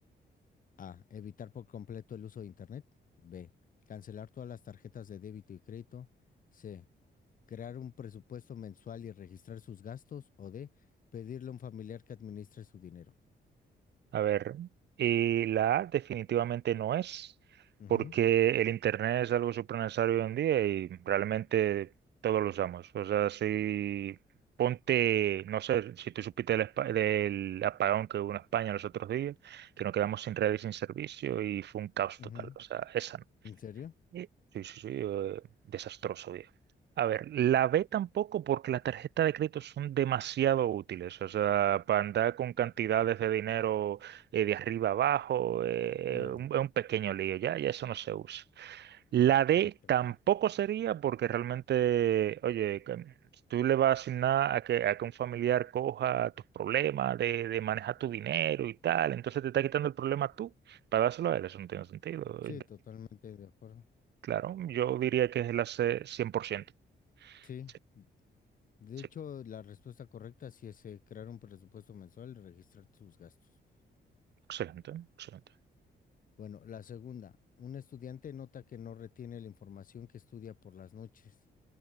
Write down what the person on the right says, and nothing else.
A ver, y la A definitivamente no es,
porque el Internet es algo súper necesario hoy en día y realmente todos lo usamos. O sea, si ponte, no sé, si tú supiste del, espa- del apagón que hubo en España los otros días, que nos quedamos sin red y sin servicio y fue un caos
total. O sea, esa no.
Eh, Sí, sí, sí, eh, desastroso, bien. A ver, la B tampoco porque las tarjetas de crédito son demasiado útiles, o sea, para andar con cantidades de dinero eh, de arriba abajo, eh,
un- es un pequeño lío, ya, ya eso no se usa. La D
tampoco sería porque realmente, oye, que tú le vas a asignar a que, a que un familiar coja tus problemas de, de manejar tu dinero y tal, entonces te está quitando el problema tú para dárselo a él, eso no tiene sentido.
Claro, yo diría que es el AC 100%.
Sí,
sí,
excelente, excelente.